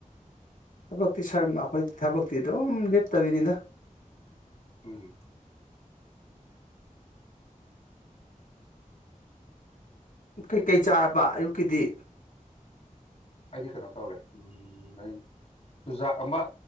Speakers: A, on the left; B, on the left.
A: ꯊꯕꯛꯇꯤ ꯁꯔꯃ ꯑꯩꯈꯣꯏꯗꯤ ꯊꯕꯛꯇꯤ ꯑꯗꯨꯝ ꯂꯦꯞꯇꯕꯅꯤꯗ
B: ꯎꯝ
A: ꯀꯩꯀꯩ ꯆꯥꯔꯕ ꯑꯌꯨꯛꯀꯤꯗꯤ
B: ꯑꯩꯗꯤ ꯀꯩꯅꯣ ꯇꯧꯔꯦ ꯎꯝ ꯆꯨꯖꯥꯛ ꯑꯃ